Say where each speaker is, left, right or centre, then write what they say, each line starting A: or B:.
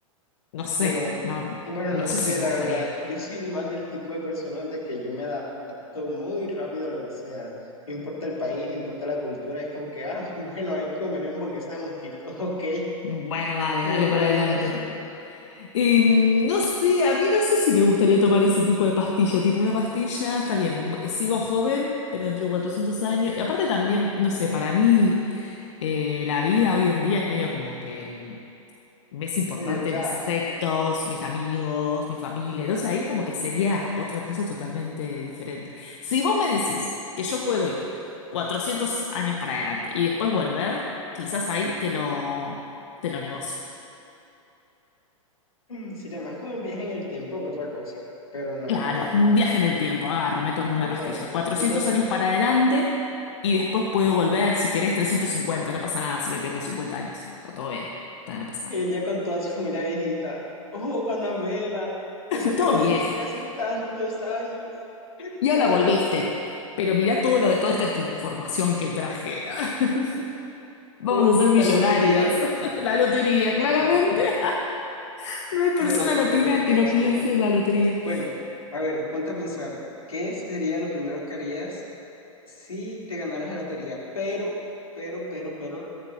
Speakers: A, on the left (about 55°); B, on the left (about 80°).
A: No sé,
B: Bueno,
A: no, no,
B: bueno,
A: no
B: no
A: sé
B: sé,
A: si me
B: la
A: gustaría.
B: verdad, yo soy más del tipo de persona de que yo me adapto muy rápido a lo que sea, no importa el país, no importa la cultura, es como que, ah, <laughs> bueno, hay que comer hamburguesa de mosquito, <laughs> ok,
A: Bueno, dale,
B: no
A: dale
B: hay problema,
A: para adelante.
B: <laughs>
A: Eh, no sé, a mí no sé si me gustaría tomar ese tipo de pastilla, tipo una pastilla, está bien, mu- sigo joven, pero entre 400 años, y aparte también, no sé, para mí eh, la vida hoy en día es medio como que... mm, me es importante
B: medio chafa.
A: mis afectos, mis amigos, mi familia. Entonces ahí como que sería otra cosa totalmente diferente. Si vos me decís que yo puedo ir 400 años para adelante y después volver, quizás ahí te lo, te lo negocio.
B: Mm, Sería más como un viaje en el tiempo que otra cosa, pero no,
A: Claro,
B: hombre, no me...
A: un viaje en el tiempo, agarro, me tomo
B: Ok,
A: una pastilla. cuatrocientos
B: entonces...
A: años para adelante y después puedo volver, si querés, trescientos cincuenta No pasa nada si me pierdo 50 años. Está todo bien, está- no pasa
B: Ella
A: nada.
B: con toda su familia viejita. Oh, Anabela,
A: <laughs>
B: desapareciste
A: Todo viejo.
B: hace tantos años. Te extrañamos.
A: Y ahora volviste. Pero mirá todo lo de toda esta esta información que traje. <laughs> Vamos
B: Uy,
A: a ser millonarios.
B: la lotería.
A: <laughs> La lotería, claramente.
B: Sí,
A: <laughs> No hay
B: sería
A: persona
B: lo primero
A: latina
B: que todos
A: que no piense
B: haríamos.
A: en la lotería.
B: Bueno, a ver, ponte a pensar, ¿qué sería lo primero que harías si te ganaras la lotería? Pero, pero, pero, pero,